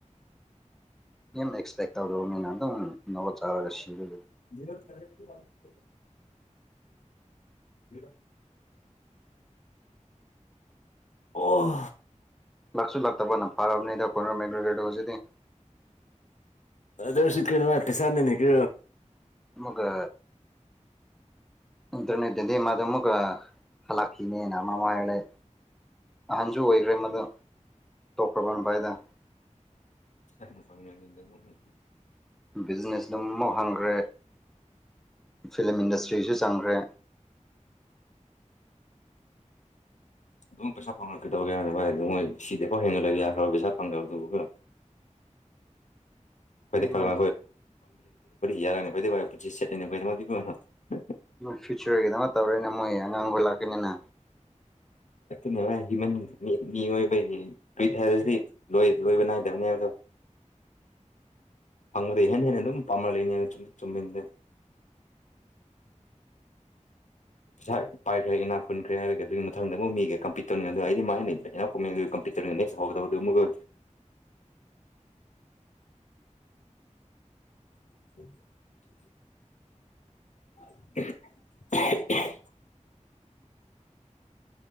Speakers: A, in the centre; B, on the left.
A: ꯌꯥꯝ ꯑꯦꯛꯁꯄꯦꯛ ꯇꯧꯗꯕ ꯃꯤꯅ ꯑꯗꯨꯝ ꯅꯣꯠ ꯆꯥꯔꯒ ꯁꯤꯕꯗꯨ
B: <unintelligible> <unintelligible> ꯑꯣ <unintelligible>
A: ꯂꯥꯛꯁꯨ ꯂꯥꯛꯇꯕꯅ ꯐꯔꯕꯅꯤꯗ ꯀꯣꯏꯅꯔꯝ ꯃꯦꯒ꯭ꯔꯣꯔꯦꯗꯣ ꯍꯧꯖꯤꯗꯤ
B: ꯗꯦꯁꯤ ꯀꯦ ꯃꯥꯥꯏꯦ ꯁꯔꯅꯅꯦ ꯀꯨ
A: ꯃꯒ ꯏꯟꯇꯔꯅꯦꯠꯇꯗꯤ ꯃꯥꯗꯨ ꯑꯃꯨꯛꯀ ꯍꯜꯂꯛꯈꯤꯅꯦꯅꯃ ꯑꯃꯨ ꯍꯥꯏꯔꯂꯦ ꯑꯍꯟꯁꯨ ꯑꯣꯏꯈ꯭ꯔꯦ ꯃꯗꯨ ꯇꯣꯛꯈ꯭ꯔꯕꯅ ꯚꯥꯏꯗ
B: ꯐ ꯐꯅ ꯂꯩ <unintelligible>
A: ꯕꯤꯖꯤꯅꯦꯁ ꯑꯗꯨꯝꯐꯥꯎ ꯍꯪꯈ꯭ꯔꯦ ꯐꯤꯂꯝ ꯏꯟꯗꯁꯇ꯭ꯔꯤꯁꯨ ꯆꯪꯈ꯭ꯔꯦ
B: ꯑꯗꯨꯝ ꯄꯩꯁꯥ ꯐꯪꯉꯛꯀꯗꯧꯒ ꯌꯥꯔꯅꯤ ꯚ ꯑꯗꯨ ꯃꯣꯏ ꯁꯤꯗꯤꯐꯥꯎ ꯍꯦꯟꯅ ꯂꯩꯕ ꯌꯥꯈ꯭ꯔꯔ ꯄꯩꯁꯥ ꯐꯪꯗꯕ ꯑꯗꯨꯒ ꯈꯔ ꯀꯩꯇꯩ ꯀꯂꯃꯤ
A: ꯃꯣꯏ
B: ꯌꯥꯔ ꯑꯣꯏꯅ ꯀꯇꯩ ꯀ ꯄꯨ ꯁꯦꯕꯨ <unintelligible>
A: ꯐ꯭ꯌꯨꯆꯔꯒꯤꯗꯃ ꯇꯧꯔꯦꯅ ꯃꯣꯏ ꯑꯉꯥꯡꯈꯣꯏ ꯂꯥꯛꯀꯅꯤꯅ
B: ꯅꯕꯥꯏ ꯍ ꯃꯤꯑꯣꯏ <unintelligible> ꯄꯤ ꯊꯥꯁꯤ ꯂꯣꯏ ꯂꯣꯏꯕꯅꯥꯏꯗꯕꯅꯤꯗ ꯍꯪ ꯍꯟꯅꯅꯦ ꯑꯗꯨꯝ ꯄꯝꯃꯜ ꯆꯨꯝꯃꯤꯟꯗꯦ ꯄꯁꯥꯏ ꯄꯥꯏꯈ꯭ꯔꯦ ꯏꯅꯥ ꯈꯨꯟꯈ꯭ꯔꯦ ꯍꯥꯏꯕꯒꯦ ꯑꯗꯨꯒꯤ ꯃꯊꯪ ꯑꯃꯨꯛ ꯃꯤꯒꯦ ꯀꯝꯄꯤꯠ ꯇꯧꯅꯤꯡꯉꯦ ꯑꯗꯨ ꯑꯩꯗꯤ ꯃꯥꯅ ꯂꯩꯩ ꯌꯥ ꯀꯣꯏ ꯀꯝꯤ ꯅꯦꯛꯁ ꯍꯣꯗꯕ ꯑꯗꯨ ꯃꯨꯒ <inaudible> ꯑ <inaudible>